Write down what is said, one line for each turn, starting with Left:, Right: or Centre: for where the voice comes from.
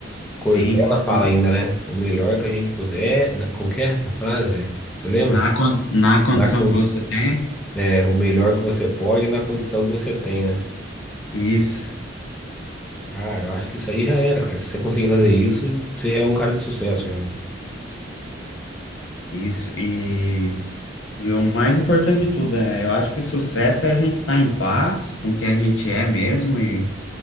Centre: Cortella
Left: Sim, sim.
Centre: fala ainda, né? O melhor que a gente puder. na- Como que é a frase, velho? Você lembra?
Left: Na, con- na condição
Centre: Na condi...
Left: que você tem.
Centre: É, o melhor que você pode na condição que você tem, né?
Left: Isso,
Centre: Ah, eu acho que isso aí já era, cara. Se você conseguir fazer isso, você já é um cara de sucesso, já.
Left: isso. E, e o mais importante de tudo, é, eu acho que sucesso é a gente estar em paz com quem a gente é mesmo e